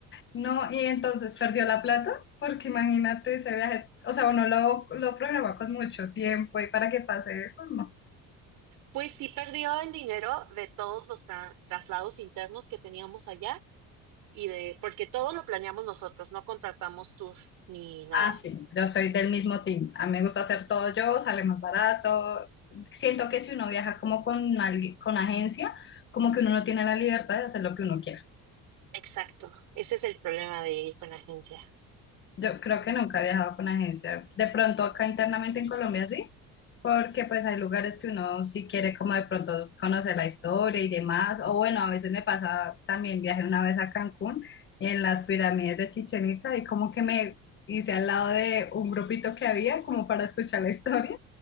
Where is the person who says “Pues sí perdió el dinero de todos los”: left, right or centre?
Right